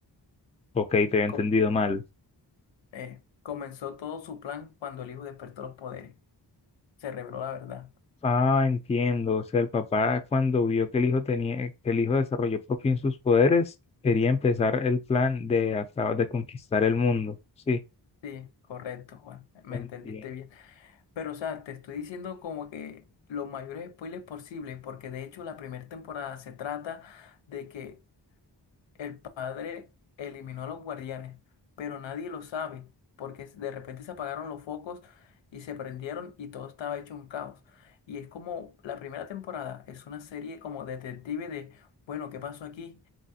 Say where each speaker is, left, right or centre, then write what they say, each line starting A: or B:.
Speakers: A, on the left; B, on the left.
A: ok, te había entendido
B: co-
A: mal.
B: eh, comenzó todo su plan cuando el hijo despertó los poderes. Se reveló la verdad.
A: Ah, entiendo. O sea, el papá cuando vio que el hijo tenía, que el hijo desarrolló por fin sus poderes, quería empezar el plan de acabar de conquistar el mundo. Sí,
B: Sí, correcto, Juan. Me
A: buen
B: entendiste
A: día.
B: bien. Pero, o sea, te estoy diciendo como que los mayores spoilers posibles, porque de hecho la primera temporada se trata de que El padre eliminó a los guardianes, pero nadie lo sabe, porque de repente se apagaron los focos y se prendieron y todo estaba hecho un caos. Y es como la primera temporada, es una serie como detective de, bueno, ¿qué pasó aquí?